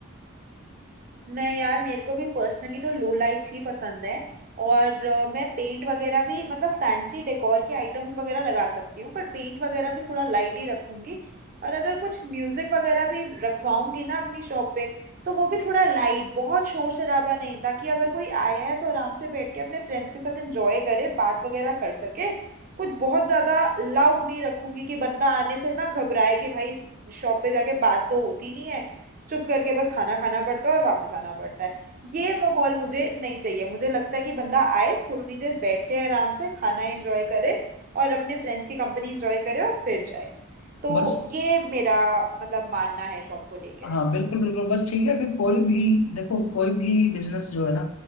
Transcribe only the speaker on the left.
बस
हाँ बिल्कुल बिल्कुल बस ठीक है फिर कोई भी देखो कोई भी बिजनेस जो है ना